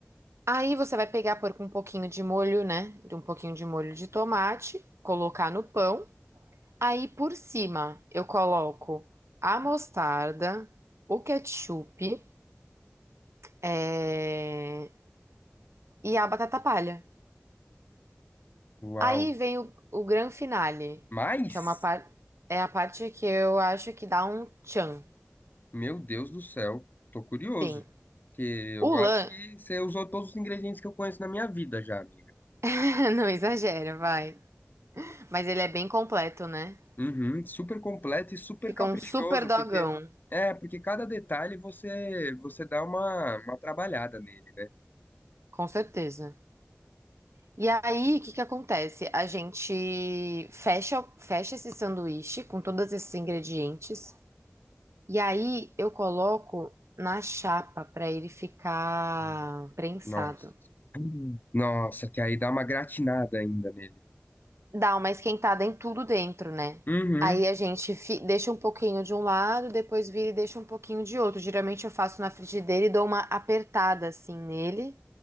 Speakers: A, on the right; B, on the left.
A: Aí você vai pegar, pôr com um pouquinho de molho, né? De um pouquinho de molho de tomate, colocar no pão. Aí por cima eu coloco a mostarda, o ketchup, é, e a batata palha.
B: Uau.
A: Aí vem o, o gran finale,
B: Mas,
A: que é uma par... é a parte que eu acho que dá um tchan.
B: meu Deus do céu, tô curioso.
A: Sim.
B: Porque eu
A: O
B: acho
A: lã,
B: que você usou todos os ingredientes que eu conheço na minha vida já, amiga.
A: <laughs> não exagera, vai. Mas ele é bem completo, né?
B: Uhum, super completo e super
A: Fica
B: caprichoso,
A: um super dogão,
B: porque é, porque cada detalhe você você dá uma, uma trabalhada nele, né?
A: com certeza. E aí, o que que acontece? A gente fecha, fecha esse sanduíche com todos esses ingredientes. E aí, eu coloco na chapa para ele ficar
B: Hum.
A: prensado.
B: Nossa. Nossa, que aí dá uma gratinada ainda nele.
A: Dá uma esquentada em tudo dentro, né?
B: Uhum.
A: Aí a gente fi- deixa um pouquinho de um lado, depois vira e deixa um pouquinho de outro. Geralmente eu faço na frigideira e dou uma apertada assim nele.